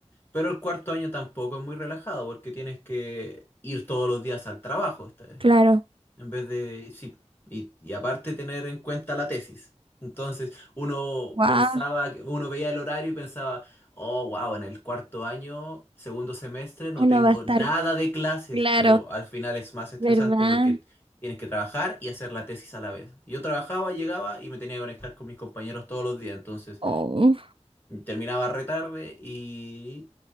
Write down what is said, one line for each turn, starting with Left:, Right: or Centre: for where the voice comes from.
Left: pero el cuarto año tampoco es muy relajado porque tienes que ir todos los días al trabajo esta vez.
Right: Claro.
Left: En vez de, sí, y, y aparte tener en cuenta la tesis. Entonces, uno
Right: Guau.
Left: pensaba, que- uno veía el horario y pensaba, oh, wow, en el cuarto año, segundo semestre, no
Right: Uno
Left: tengo
Right: va a estar
Left: nada de clases,
Right: claro,
Left: pero al final es más estresante
Right: ¿verdad?
Left: porque tienes que trabajar y hacer la tesis a la vez. Yo trabajaba, llegaba y me tenía que conectar con mis compañeros todos los días, entonces
Right: Oh.
Left: terminaba re tarde y